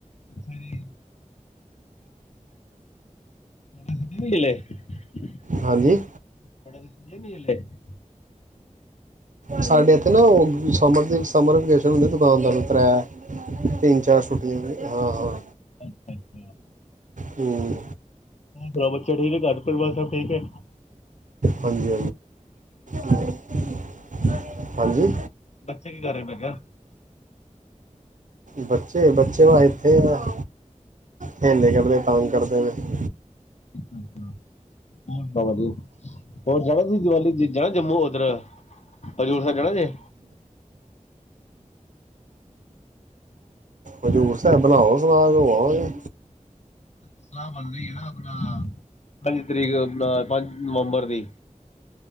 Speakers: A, on the left; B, on the right.
A: ਅੱਛਾ ਜੀ। <unintelligible>
B: ਹਾਂਜੀ?
A: ਪੜਦੇ ਸੀ ਨਹੀਂ ਹਲੇ। <unintelligible>
B: ਸਾਡੇ ਇੱਥੇ ਨਾ ਉਹ ਸਮਰ ਦੇ ਸਮਰ ਵਕੇਸ਼ਨ ਹੁੰਦੇ ਦੁਕਾਨਦਾਰ ਕਰਾਇਆ। ਤਿੰਨ- ਚਾਰ ਛੁਟੀਆਂ ਲਈ ਹਾਂ- ਹਾਂ।
A: ਅੱਛਾ- ਅੱਛਾ।
B: ਹੂੰ।
A: ਪਰਾ ਬੱਚਾ ਠੀਕ ਐ ਘਰ ਪਰਿਵਾਰ ਸਭ ਠੀਕ ਐ?
B: ਹਾਂਜੀ- ਹਾਂਜੀ ਹਾਂ, ਹਾਂਜੀ।
A: ਬੱਚੇ ਕੀ ਕਰ ਰਹੇ ਮੈ ਕਿਹਾ?
B: ਬੱਚੇ, ਬੱਚੇ ਵਾ ਇੱਥੇ ਆ ਖੇਲ ਦੇ ਯਾਂ ਪਤਾ ਤੰਗ ਕਰਦੇ ਪਏ ਨੇ।
A: ਅੱਛਾ- ਅੱਛਾ। ਹੋਰ ਵਧੀਆ, ਹੋਰ ਜਾਣਾ ਤੁਸੀ ਦੀਵਾਲੀ ਜਾਣਾ ਜੰਮੂ ਉੱਧਰ। ਹਜ਼ੂਰ ਸਾਹਿਬ ਜਾਣਾ ਜੇ।
B: ਹਜੂਰ ਸਾਹਿਬ ਬਣਾਓ ਸਲਾਦ ਹੋ ਆਵਾਂਗੇ।
A: ਸਲਾਹ ਬਨ ਰਹੀ ਐ ਨਾ ਆਪਣਾ ਪੰਜ ਤਰੀਕ, ਪੰਜ ਨਵੰਬਰ ਦੀ।